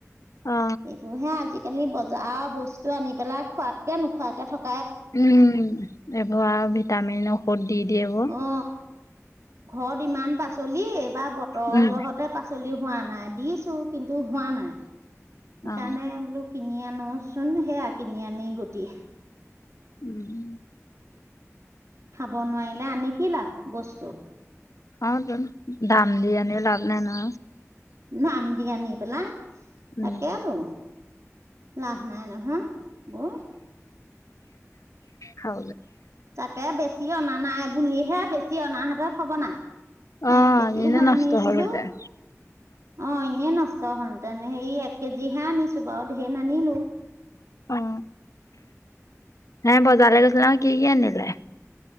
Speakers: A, on the left (about 80°); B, on the right (about 65°).
A: অ
B: এইবোৰ হে আজিকালি বজাৰৰ বস্তু আনি পেলাই খোৱাতকে নোখোৱাকে থকা
A: উম এইবোৰ ভিটামিন ঔষধ দি দিয়ে বোৰ
B: অ ঘৰত ইমান পাচলি এইবাৰ বতৰ
A: উম
B: জহতে পাচলি হোৱা নাই দিছো কিন্তু হোৱা নাই সেইকাৰণে
A: অ
B: বোলো কিনি আনোচোন সেয়া কিনি আনি গুটি
A: উম
B: খাব নোৱাৰিলে আনি কি লাভ বস্তু
A: অ দাম দি আনি লাভ ন না
B: দাম দি আনি পেলাই
A: উম
B: তাকেতো লাভ নাই নহয় বৌ
A: হ
B: তাকে বেছি অনা নাই বুলিহে বেছি অনাহঁতৰ হব না
A: অ'
B: এক কেজি
A: এনে
B: হে
A: নষ্ট
B: আনিছিলো
A: হ'ল হেতেন
B: অ এনেই নষ্ট হল ন সেৰি এক কেজিহে আনিছো বাৰু ধেন আনিলো
A: অ হে বজাৰ গৈছিল কি কি আনিলে